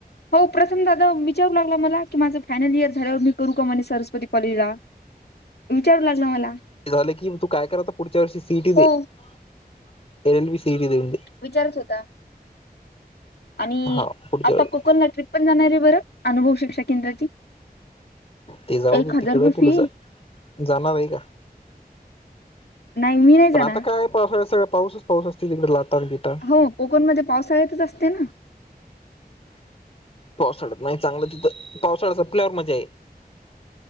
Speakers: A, on the left (about 80°); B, on the left (about 35°).
A: हो प्रथम दादा विचारू लागला मला की माझं फायनल इयर झाल्यावर मी करू का म्हणे सरस्वती कॉलेजला. विचारू लागला मला.
B: झालं की तू काय कर आता पुढच्या वर्षी सी. E T. दे
A: हो
B: L. L. B. C. E. T. देऊन दे.
A: विचारत होता आणि
B: हा पुढच्या
A: आता
B: वेळी
A: क- पुन्हा ट्रीप पण जाणारे बरं अनुभव शिक्षा केंद्राची.
B: ते जाऊ
A: एक
B: दे
A: हजार
B: तिकड
A: रुपये
B: तुला
A: फी
B: जा जाणारे का.
A: नाही मी नाही जाणार
B: पण आता कायय पावसाळ्या सगळं पाऊसच पाऊस असते तिकडे लाता अन बिता.
A: हो कोकणमध्ये पावसाळ्यातच असते न.
B: पावसाळ्यात नाई चांगलं तिथं पावसाळा संपल्यावर मज्याये.